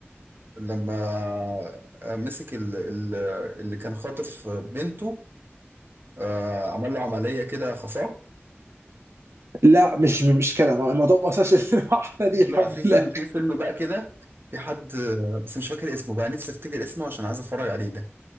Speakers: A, on the right (about 55°); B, on the right (about 80°).
A: لما آه، مسك ال- ال- اللي كان خاطف بنته آه، عمل له عملية كده خفاء
B: لا مش مش كده ما- الموضوع ما وصلش <laughs> للمرحله دي الحمد
A: لا في فيلم
B: لله
A: في فيلم بقى كده في حد آه، بس مش فاكر اسمه بقى نفسي افتكر اسمه عشان عايز اتفرج عليه ده